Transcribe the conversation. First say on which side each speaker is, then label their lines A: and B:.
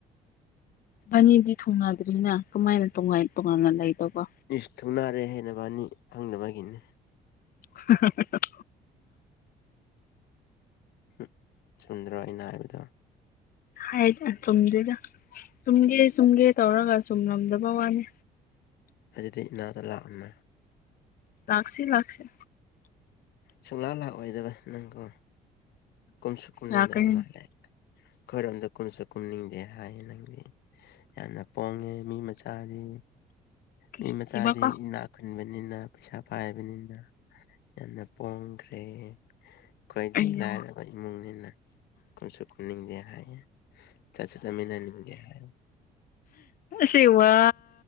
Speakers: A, on the left; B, on the left.
A: ꯕꯥꯅꯤꯗꯤ ꯊꯨꯡꯅꯗ꯭ꯔꯤꯅ ꯀꯃꯥꯏꯅ ꯇ ꯇꯣꯉꯥꯟꯅ ꯂꯩꯗꯧꯕ
B: ꯏꯁꯁ ꯊꯧꯅꯔꯦ ꯍꯥꯏꯦꯅꯕꯅꯤ ꯍꯪꯅꯕꯒꯤꯅꯤ
A: <unintelligible>
B: ꯎ ꯆꯨꯝꯗ꯭ꯔꯣ ꯑꯩꯅ ꯍꯥꯏꯕꯗꯣ
A: ꯍꯥꯏꯗꯤ ꯇꯨꯝꯗꯗ ꯆꯨꯝꯒꯦ ꯆꯨꯝꯒꯦ ꯇꯧꯔꯒ ꯆꯨꯝꯂꯝꯗꯕ ꯋꯥꯅꯤ
B: ꯑꯗꯨꯗ ꯏꯅꯥꯎꯗ ꯂꯥꯛꯃꯦ
A: ꯂꯥꯛꯁꯤ ꯂꯥꯛꯁ
B: ꯁꯨꯡꯂꯥꯡ ꯂꯥꯛꯑꯣꯏꯗꯕ ꯅꯪꯒꯣ ꯀꯨꯝꯁꯨ ꯀꯨꯝꯅꯤꯡꯗꯕ
A: ꯂꯥꯛꯀꯅꯤ
B: ꯃꯥꯜꯂꯦ ꯈꯔꯣꯝꯗ ꯀꯨꯝꯁꯨ ꯀꯨꯝꯅꯤꯡꯗꯦ ꯍꯥꯏꯌꯦ ꯅꯪ ꯌꯥꯝꯅ ꯄꯣꯡꯉꯦ ꯃꯤ ꯃꯆꯥꯗꯤ
A: ꯀꯤꯁꯨ
B: ꯃꯤ ꯃꯆꯥꯗꯤ
A: ꯀꯤꯕꯀꯣ
B: ꯏꯅꯥꯛ ꯈꯨꯟꯕꯅꯤꯅ ꯄꯩꯁꯥ ꯄꯥꯏꯕꯅꯤꯅ ꯌꯥꯝꯅ ꯄꯥꯝꯈ꯭ꯔꯦ ꯑꯩꯈꯣꯏꯗꯤ
A: ꯑꯩꯌꯣ
B: ꯂꯥꯏꯔꯕ ꯏꯃꯨꯡꯅꯤꯅ ꯀꯟꯁꯨ ꯈꯟꯅꯤꯡꯗꯦ ꯍꯥꯏꯌꯦ ꯆꯥ ꯆ ꯆꯃꯤꯅꯥꯅꯤꯒ ꯍꯥꯏ
A: ꯁꯤꯕ